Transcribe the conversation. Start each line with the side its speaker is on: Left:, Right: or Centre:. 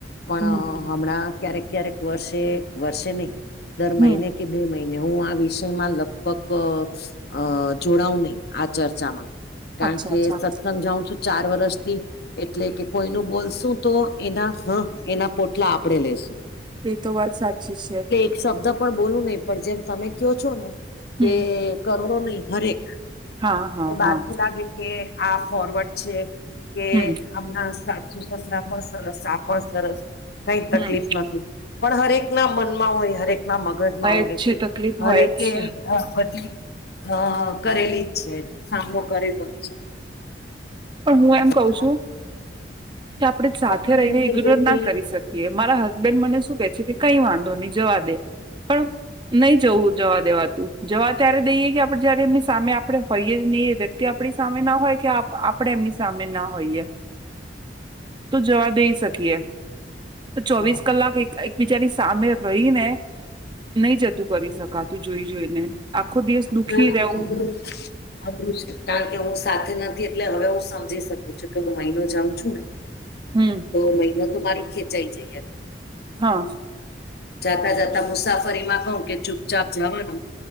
Left: પણ
Right: હમ હમ
Left: હમણાં ક્યારેક ક્યારેક વર્ષે વર્સે નહી દર
Right: હમ
Left: મહિને કે બે મહિને હું આ વિષયમાં લગભગ અ અ જોડાવું નહી આ ચર્ચામાં
Right: અચ્છા
Left: કારણ કે
Right: અચ્છા
Left: સત્સંગ જાઉં છું ચાર વર્ષથી એટલે કે કોઈનું બોલશું તો એના હ એના પોટલા આપણેે લેેશું
Right: એ તો વાત સાચી છે.
Left: શબ્દ પણ બોલું નહી પણ જેમ તમે કો છો ને કે
Right: હમ
Left: કરોડો નહી હરેક
Right: હા હા
Left: બહાર
Right: હા
Left: થી લાગે કે આ ફોરવડ છે કે
Right: હમ
Left: આમના સાસુ સસરા પણ સરસ આ પણ સરસ કઈ તકલીફ
Right: હમ
Left: નથી. પણ હરેક ના મનમાં હોય હરેક ના મગજમાં આવુ
Right: જ
Left: હોય છે
Right: તકલીફ
Left: હરેકે
Right: હોય જ છે
Left: હા બધી અ કરેલી જ છે સામનો કરેલો જ છે.
Right: પણ હું એમ કઉ
Left: પણ
Right: છું કે આપણે સાથે
Left: આપણને
Right: રહીને
Left: એમ થઈ
Right: ઇગ્નોર
Left: જાય
Right: ના
Left: કે
Right: કરી
Left: અ,
Right: શકીએ. કે મારા હસબન્ડ મને શું કે છે કે કઈ વાંધો નહી જવા દે પણ નહી જવું જવા દેવા તું જવા ત્યારે દઈએ કે આપડે જયારે એમની સામે આપડે હોઈએ જ નહીએ તે આપણી સામે ના હોય કે આપ આ પણ એમની સામે ના હોઈએ તો જવા દઈ શકીએ. ચોવીસ
Left: ના,
Right: કલાક એક બિજાની સામે રહીને નઈ જતું કરી શકાતું જોઈ જોઈને આખો દિવસ દુઃખી
Left: ના,
Right: રહેવું
Left: અઘરું અઘરું છે કારણ કે હું સાથે નથી એટલે હવે હું સમજી શકું છું કે હું મહિનો જાઉં છું ને
Right: હમ્મ.
Left: તો મહિનો તો મારો ખેંચાઈ જાય એમ
Right: હા.
Left: જાતા જતા મુસાફરી માં કઉ કે ચુપચાપ જવાનું